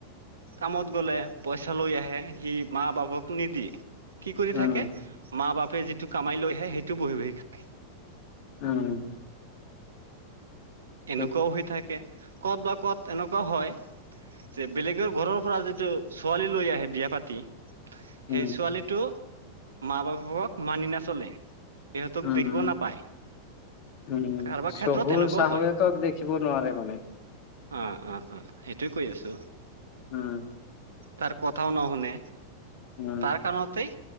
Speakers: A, on the right (about 70°); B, on the left (about 45°).
A: কামত গ'লে পইচা লৈ আহে, সি মা - বাপকটো নিদিয়ে। কি কৰি
B: উম,
A: থাকে, মা - বাপে যিটো কামাই লৈ আহে সেইটো বহি - বহি খায়।
B: উম।
A: এনেকুৱাও
B: ঠিক
A: হৈ থাকে, ক'ত বা ক'ত এনেকুৱাও হয় যে বেলেগৰ ঘৰৰ পৰা যিটো ছোৱালী লৈ আহে বিয়া পাতি
B: উম,
A: সেই ছোৱালীটো মা - বাপেকক মানি নাচলে। সিহঁতক
B: উম',
A: দেখিব নাপায়
B: উম,
A: কাৰোবাৰ ক্ষেত্ৰত
B: শহুৰ
A: এনেকুৱাও
B: শাহুৱেকক
A: হয়
B: দেখিব নোৱাৰে মানে।
A: অ অ অ, সেইটোয়ে কৈ আছো।
B: ওম।
A: তাৰ কথাও নশুনে
B: উম,
A: তাৰ কাৰণতেই